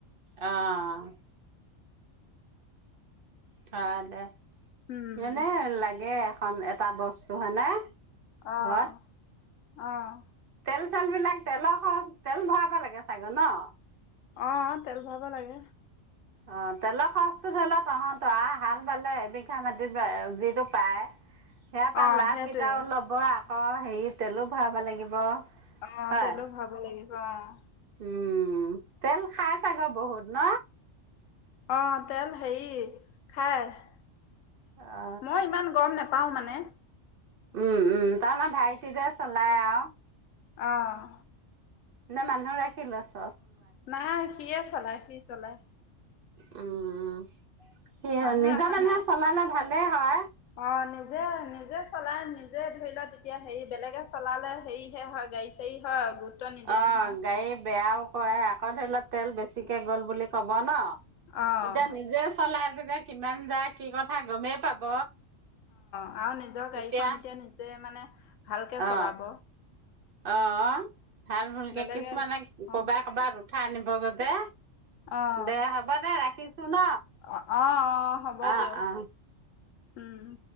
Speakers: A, on the right; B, on the left.
A: অ' থ দে।
B: উম
A: যেনে লাগে। এটা বস্তু হয়নে?
B: আহ।
A: ঘৰত?
B: অহ।
A: তেল, চেল বিলাক তেলৰ খৰচ তেল ভৰাবা লাগে চাগে ন?
B: অহ, তেল ভৰাব লাগে।
A: অহ, তেলৰ খৰচটো ধৰি লোৱা তহঁত। হাল বালে এবিঘা মাটিত যিটো পায় সেয়া
B: অ',
A: পাৰ লাভ
B: সেইটোৱে
A: কেইটা ল'ব অঁহ, হেৰি তেলো ভৰাব লাগিব
B: অহ,
A: হয়
B: তেলো ভৰাব লাগিব অঁহ '।
A: উম, তেল খাই চাগে বহুত ন?
B: অহ, তেল হেৰি খাই
A: অ
B: মই ইমান গম নাপাওঁ মানে
A: উম, উম, তাৰমানে আমাৰ ভাইটি টোয়ে চলাই আৰু।
B: আহ'।
A: নে মানুহ ৰাখি লৈছে।
B: নাই, সিয়ে চলায় সি চলায়।
A: উম। সি
B: মানুহ
A: নিজৰ
B: ৰখা
A: মানুহে
B: নাই?
A: চলালে ভালেই হয়
B: অ' নিজে নিজে চলাই নিজে ধৰি ল তেতিয়া হেৰি বেলেগে চলালে হেৰি হে হয় গাড়ী চাড়ী হয়। নিদিয়ে
A: অ
B: নহয়
A: গাড়ী বেয়াও কয় আকৌ ধৰি লওঁক তেল বেছিকে গ'ল বুলি ক'ব ন?
B: অ',
A: এতিয়া নিজে চলাই তেতিয়া কিমান যায় কি কথা গমেই পাব।
B: অ। আৰু নিজৰ
A: তেতিয়া
B: গাড়ীখন এতিয়া নিজে মানে ভালকে চলাব
A: অ অ ভাল ভুলকে
B: বেলেগে
A: কিছুমানে কবাই
B: অ'।
A: কবাত উঠাই আনিব গৈ। যে
B: অঁ
A: দে হ'ব দে ৰাখিছো ন
B: অঁ অঁ হ'ব
A: অ
B: দিয়ক
A: অ।
B: উম।